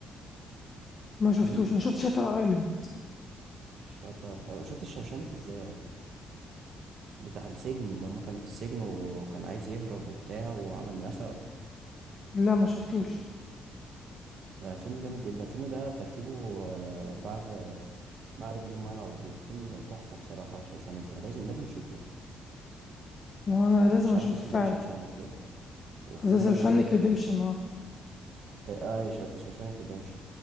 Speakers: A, on the left; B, on the right.
A: ما شفتوش
B: امم
A: أنا شفت شاتر أيلاند
B: شطر آه، شفت الشوشانك ازاي يا راجل بتاع السجن لما كانوا في السجن وكان عايز يهرب وبتاع وعمل نفق
A: لا ما شفتوش
B: شو ده فيلم جامد جدا الفيلم ده ترتيبه آه، بعد بعد جرين مايل على طول فيلم تحفة بصراحة شوشانك ده لازم لازم تشوفه
A: ما هو أنا لازم
B: آه، مش
A: أشوفه
B: عارف اسمه
A: فعلا
B: ايه شوشانك هنا وفي
A: أساسا شانك
B: عندك
A: ريديمشن
B: اه آه، شو- شوشانك ريديمشن